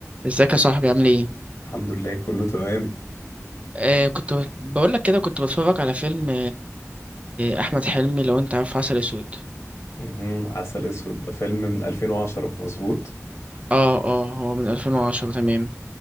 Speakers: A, on the right (about 25°); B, on the left (about 55°).
A: ازيك يا صاحبي عامل ايه
B: الحمد لله كله تمام
A: آه كنت بقول لك كده كنت بتفرج على فيلم احمد حلمي لو انت عارف عسل اسود
B: مهم. عسل اسود ده فيلم من 2010 مظبوط
A: اه اه هو من 2010 تمام